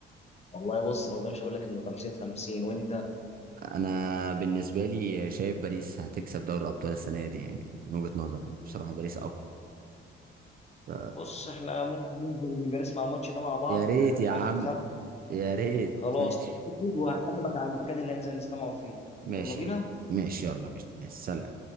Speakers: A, on the left; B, on the right.
A: والله بص ما اقدرش اقول لك انه 50 50 وانت
B: انا بالنسبه لي شايف باريس هتكسب دوري الابطال السنه دي يعني من وجهه نظري بصراحه باريس اقوى ف...
A: بص احنا ممكن ننزل نبقى نسمع الماتش ده مع بعض
B: يا ريت يا
A: في
B: عم
A: اخر خمسه
B: يا ريت
A: خلاص
B: ماشي
A: وهكلمك على المكان اللي هننزل نستمع فيه
B: ماشي
A: يلا بينا
B: ماشي يلا بينا يا سلام